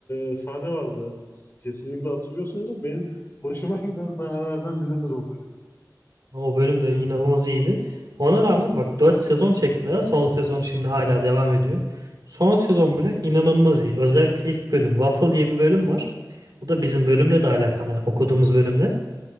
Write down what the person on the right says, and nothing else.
O bölüm de inanılmaz iyiydi. Ona rağmen bak 4 sezon çektiler. Son sezon şimdi hala devam ediyor. Son sezon bile inanılmaz iyi. Özellikle ilk bölüm Waffle diye bir bölüm var. Bu da bizim bölümle de alakalı okuduğumuz bölümle.